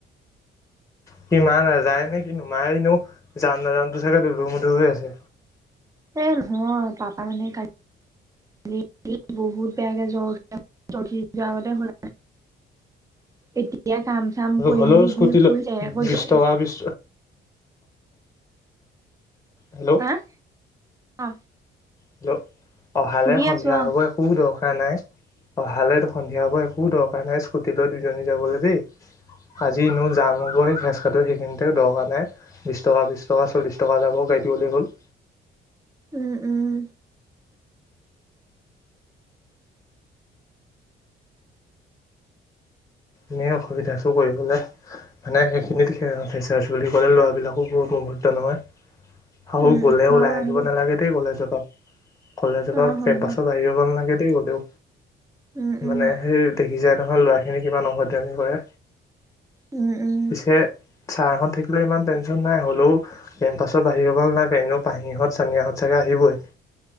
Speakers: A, on the left; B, on the right.
A: কি মা নাযায় নে কিনো মায় এনো যাম নাজামতো চাগে দুধু-মধুৰ হৈ আছে।
B: এই নহয় পাপা মানে কালি বহুত বেগে জ জতে হৈ। এতিয়া কাম চাম কৰি
A: হ'লেও
B: মেলি
A: স্কুটি
B: ঘূৰি
A: লৈ
B: ফুৰি তেৰকত
A: বিছ
B: জ্বলিম।
A: টকা বিছ হেল্ল'।
B: হা অ।
A: হেল্ল, অহালে
B: শুনি
A: সন্ধিয়া
B: আছো অ
A: হ'ব একো দৰকাৰ নাই। অহালে সন্ধিয়া হব একো দৰকাৰ নাই স্কুটি লৈ দুইজনী যাবলৈ দেই। আজি এনেও জাম হবই ৰাস্তাটোৰ সেইখিনিতে। দৰকাৰ নাই, বিছ টকা, বিছ টকা, চল্লিশ টকা যাব গা গাড়ীত উঠি গলেই হ'ল।
B: উম, উম।
A: এনে অসুবিধা চো কৰিবলে মানে সেইখিনিত ফেচাৰছ বুলি ক'লে ল'ৰাবিলাকো বহুত নহয় আৰু
B: উম উম
A: গ'লে
B: হয়
A: ওলাই
B: বাৰু
A: আহিব
B: সেইটো
A: নালাগে দেই কলেজৰ পা। কলেজৰ পৰা
B: অ হ'ব
A: কেম্পাছত আহি যাব নালাগে দেই গলেও।
B: উম উম
A: মানে সেই সি যায় নহয় ল'ৰাখিনি কিমান অভদ্ৰামি কৰে।
B: উম উম
A: পিছে চাৰহঁত থাকিলে ইমান টেনচন নাই। হলেওঁ কেম্পাছৰ বাহিৰ হব নালাগে। এনেও পাহিহঁত, চানিয়াহঁত চাগে আহিবই।